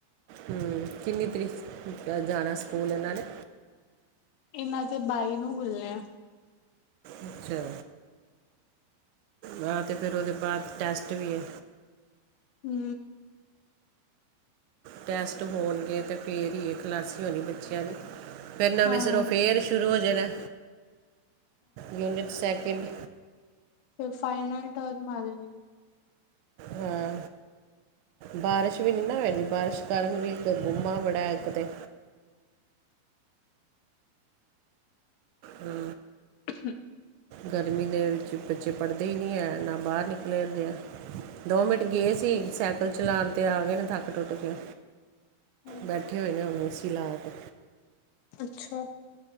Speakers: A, on the right; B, on the left.
A: ਹੂੰ, ਕਿੰਨੀ ਤਰੀਕ ਜਾਣਾ ਸਕੂਲ ਇਹਨਾਂ ਨੇ?
B: ਇਹਨਾਂ ਦੇ ਬਾਈ ਨੂੰ ਖੁੱਲਣੇ ਆ।
A: ਅੱਛਾ। ਹਾਂ ਤੇ ਫਿਰ ਉਹਦੇ ਬਾਅਦ ਟੈਸਟ ਵੀ ਐ।
B: ਹੂੰ,
A: ਟੈਸਟ ਹੋਣਗੇ ਤਾਂ ਫਿਰ ਹੀ ਇਹ ਖਲਸੀ ਹੋਣੀ ਬੱਚਿਆਂ ਦੀ। ਫਿਰ ਨਵੇਂ
B: ਹਾਂ-ਹਾਂ
A: ਸਿਰੇ ਤੋਂ ਫਿਰ ਸ਼ੁਰੂ ਹੋ ਜਾਣਾ ਯੂਨਿਟ ਸੈਕਿੰਡ।
B: ਫਿਰ ਫਾਈਨਲ ਟਰਨ ਮਾਰੇ ਨੇ।
A: ਹਾਂ, ਬਾਰਿਸ਼ ਵੀ ਨੀ ਨਾ ਹੋਈ ਦੀ ਬਾਰਿਸ਼ ਕਾਰਨ ਵੀ ਗਬੂਮਾ ਬੜਾ ਐ ਇੱਕ ਤੇ। ਹੂੰ,
B: ਠੀਕ।
A: ਗਰਮੀ ਦੇ ਵਿੱਚ ਬੱਚੇ ਪੜ੍ਹਦੇ ਹੀ ਨਹੀਂ ਹੈ ਨਾ ਬਾਹਰ ਨਿਕਲੇ ਜਾਂਦੇ ਆ। ਦੋ ਮਿੰਟ ਗਏ ਸੀ ਸਾਈਕਲ ਚਲਾਣ ਤੇ ਆ ਗਏ ਨੇ ਥੱਕ ਟੁੱਟ ਕੇ।
B: ਹੂੰ।
A: ਬੈਠੇ ਹੋਏ ਨੇ ਉਹਨੂੰ ਏਸੀ ਲਾ ਕੇ।
B: ਅੱਛਾ,